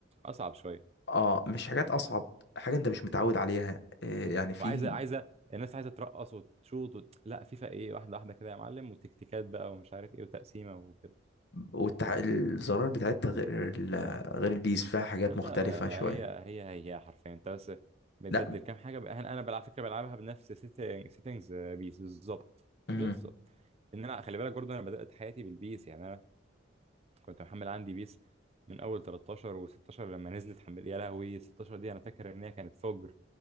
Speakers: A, on the right (about 30°); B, on the left (about 60°).
A: اصعب شويه
B: اه مش حاجات اصعب حاجه انت مش متعود عليها آه يعني في
A: وعايزه عايزه الناس عايزه ترقص وتشوط وت... لا فيفا ايه واحده واحده كده يا معلم وتكتيكات بقى ومش عارف ايه وتقسيمه وكده
B: والتع... الزرار بتاعتها غير ال... غير البيس فيها حاجات
A: لا
B: مختلفه
A: لا لا
B: شويه
A: هي هي هي حرفيا انت بس بتبدل
B: لا
A: كام حاجه بقى. انا أنا على فكره بلعبها بنفس سيتنج سيتنجز بيس بالظبط
B: امم
A: بالظبط ان انا خلي بالك برضه انا بدات حياتي بالبيس يعني انا كنت محمل عندي بيس من اول 13 و16 لما نزلت حمل يا لهوي 16 دي انا فاكر ان هي كانت فجر